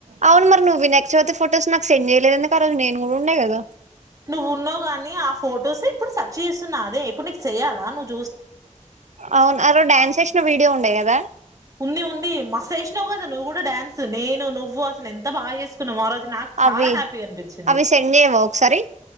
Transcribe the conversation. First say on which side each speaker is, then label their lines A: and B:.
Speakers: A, on the right; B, on the right.
A: అవును మరి నువ్వు వినాయక చవితి ఫొటోస్ నాకు సెండ్ చేయలేదెందుకు ఆరోజు నేను గూడుండే గదా
B: నువ్వున్నావు గాని ఆ ఫోటోసే ఇప్పుడు సర్చ్ చేస్తున్నా అదే ఇప్పుడు నీకు సెయాలా నుద్
A: అవున్ ఆరో డ్యాన్సేసిన వీడియో ఉన్ టే గదా
B: ఉంది ఉంది మస్తేసినవ్ గదా నువ్వు గుడా డాన్స్ నేను నువ్వు అసలు ఎంత బాగేసు తున్న మారాయి అది నాకు చాలా
A: అవి
B: హ్యాపీగా అనిపించింది
A: అవి సెండ్ చేయవా ఒకసారి